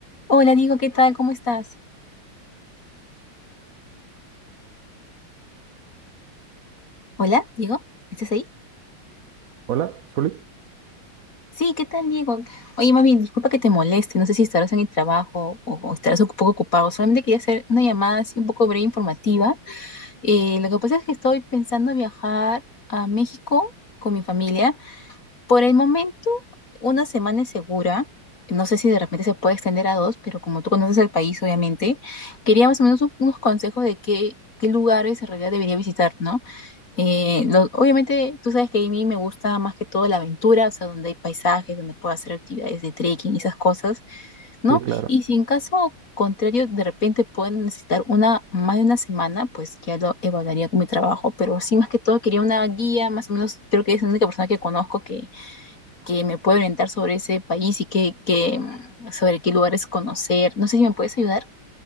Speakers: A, on the left; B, on the right.
A: Hola, Diego, ¿qué tal? ¿Cómo estás? Hola, Diego, ¿estás ahí?
B: Hola, Zuli.
A: Sí, ¿qué tal, Diego? Oye, más bien, disculpa que te moleste, no sé si estarás en el trabajo o, o estarás un poco ocupado, solamente quería hacer una llamada así un poco breve informativa. Eh, lo que pasa es que estoy pensando viajar a México con mi familia Por el momento, una semana es segura. No sé si de repente se puede extender a dos, pero como tú conoces el país, obviamente, quería más o menos un- unos consejos de qué, qué lugares en realidad debería visitar, ¿no? Eh, lo- obviamente, tú sabes que a mí me gusta más que todo la aventura, o sea, donde hay paisajes, donde puedo hacer actividades de trekking y esas cosas, ¿no?
B: Sí, claro.
A: Y si en caso contrario, de repente pueden necesitar una, más de una semana, pues ya lo evaluaría con mi trabajo, pero sí, más que todo, quería una guía, más o menos, creo que es la única persona que conozco que me puede orientar sobre ese país y qué, qué, sobre qué lugares conocer. No sé si me puedes ayudar.